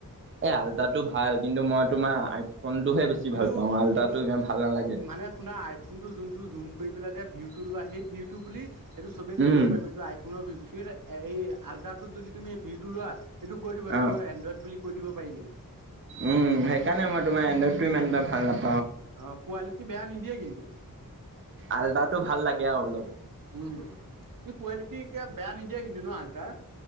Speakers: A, on the right; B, on the right.
A: এ আলতাতটো ভাল কিন্তু মই তোমাৰ আইফোনটোহে বেছি
B: কিন্তু
A: ভাল পাওঁ আল্ট্ৰাটো
B: কিন্তু
A: ইমান ভাল নালাগে।
B: মানে শুনা আইফোনটো যোনটো জুম কৰি পেলাই যে ভিউটো লোৱা সেই ভিউ টো বুলি সেইটো চবে ক কৰি
A: উম,
B: দিব পাৰিব এইটো আইফোনৰ আল্ৰাটোত যদি তুমি এই ভিউটো লোৱা এইটো কৰি দিব এইটো
A: অ'।
B: এনড্ৰইড বুলি কৰি দিব পাৰি কিন্তু।
A: উম সেইকাৰণে মই তোমাৰ এনদ্ৰটো ইমান এটা ভাল নাপাও।
B: অ কোৱালিটি বেয়া নিদিয়ে কিন্তু।
A: আলদাটো ভাল লাগে অলদম।
B: উ কোৱালিটি ক বেয়া নিদিয়ে কিন্তু ন আালতটা?